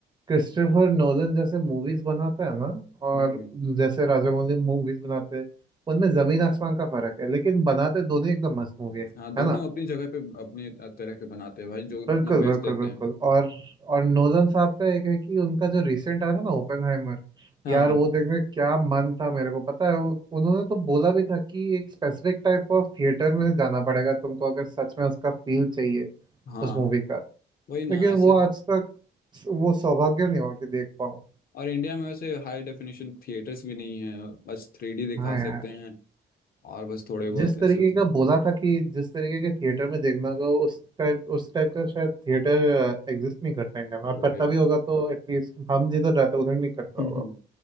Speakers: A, on the right; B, on the left.
A: क्रिस्टोफर नोलन जैसे मूवीज बनाता है ना और
B: हम्म
A: जैसे राजामौली मूवीज बनाते हैं उनमें जमीन आसमान का फर्क है लेकिन बनाते दोनों ही एकदम मस्त मूवी है
B: हाँ दोनों
A: है ना
B: अपनी जगह पे अपने तरह के बनाते हैं भाई जो
A: बिल्कुल
B: अपना बेस्ट
A: बिल्कुल
B: देते
A: बिल्कुल
B: हैं
A: और और नोलन साहब का एक है कि उनका जो रिसेंट आया था ना ओपेनहाइमर
B: हाँ
A: यार वो देखने का क्या मन था मेरे को पता है वो- उन्होंने तो बोला भी था कि एक स्पेसिफिक टाइप ऑफ थिएटर में जाना पड़ेगा तुमको अगर सच में उसका फील चाहिए
B: हाँ
A: उस मूवी का
B: वही ना
A: लेकिन
B: ऐसे
A: वो आज तक वो सौभाग्य नहीं हुआ कि देख पाऊँ
B: और इंडिया में वैसे हाई डेफिनेशन थिएटर्स भी नहीं है बस थ्री डी दिखा
A: हाँ यार
B: सकते हैं और बस थोड़े बहुत
A: जिस
B: ऐसे
A: तरीके
B: होते हैं
A: का बोला था कि जिस तरीके के थिएटर में देखना होगा उस टाइप उस टाइप का शायद थिएटर एग्जिस्ट नहीं करता इंडिया में
B: तो
A: और करता
B: वही
A: भी होगा तो एटलीस्ट हम जिधर रहते हैं उधर नहीं करता
B: <laughs>
A: होगा